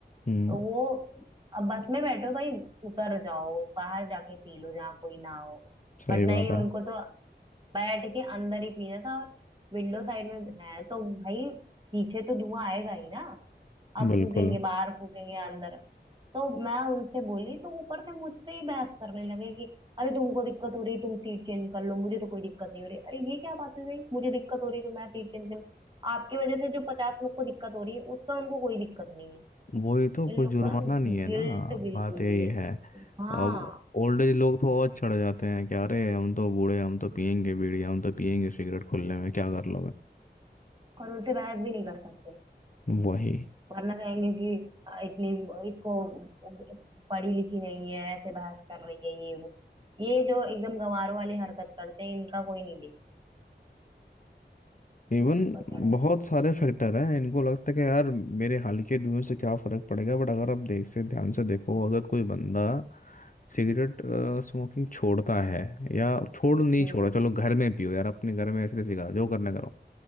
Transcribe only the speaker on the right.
तो वो अब बस में बैठो भाई उतर जाओ बाहर जाके पी लो जहाँ कोई ना हो
बट नहीं
उनको तो बैठ के अंदर ही पीना था और विंडो साइड में है तो भाई पीछे तो धुआं आएगा ही ना आप
फूकेंगे बाहर फूकेंगे अंदर तो मैं उनसे बोली तो ऊपर से मुझसे ही बहस करने लगे कि अरे तुमको दिक्कत हो रही तुम सीट चेंज कर लो मुझे तो कोई दिक्कत नहीं हो रही अरे ये क्या बात हुई भाई मुझे दिक्कत हो रही है तो मैं सीट चेंज कर लूं आपकी वजह से जो पचास लोग को दिक्कत हो रही है उसका उनको कोई दिक्कत नहीं है
इन लोग
को ना
गिल्ट
बिल्कुल
भी नहीं
हाँ
और उनसे बहस भी नहीं कर सकते
वरना कहेंगे कि अ, इतनी इसको पढ़ी लिखी नहीं है ऐसे बहस कर रही है ये वो ये जो एकदम गंवारों वाली हरकत करते हैं इनका कोई नहीं देखता हमारे
ऊपर चढ़ जाए
हम्म